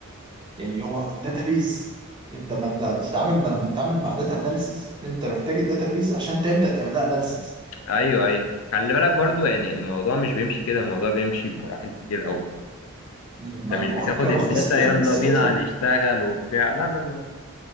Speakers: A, on the right; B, on the left.
A: يعني هو بيز انت ما انت بتتعامل ما لما بتتعامل مع داتا اناليسز انت محتاج بيز عشان تبدا تعمل لها اناليسز
B: ايوه ايوه خلي بالك برضو يعني الموضوع مش بيمشي كده الموضوع بيمشي بمراحل كتير قوي
A: ما
B: انت
A: انا
B: مش
A: بقول
B: بتاخد
A: لك انا
B: الداتا
A: بختصر لك
B: يلا
A: بس
B: بينا
A: كده ال-
B: هنشتغل وبتاع لا لا لا